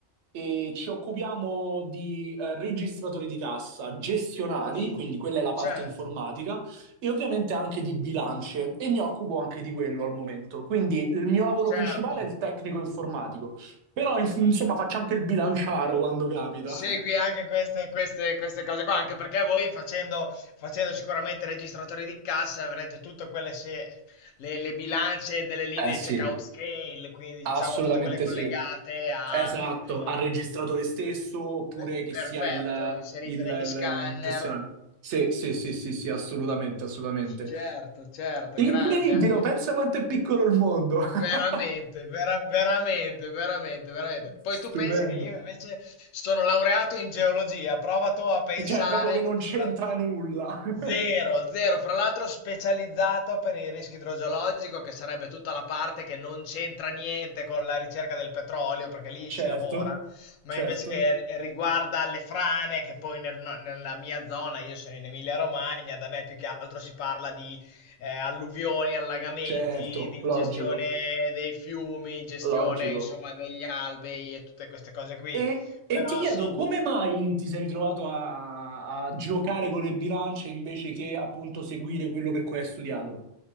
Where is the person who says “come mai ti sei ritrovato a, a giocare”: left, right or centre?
Right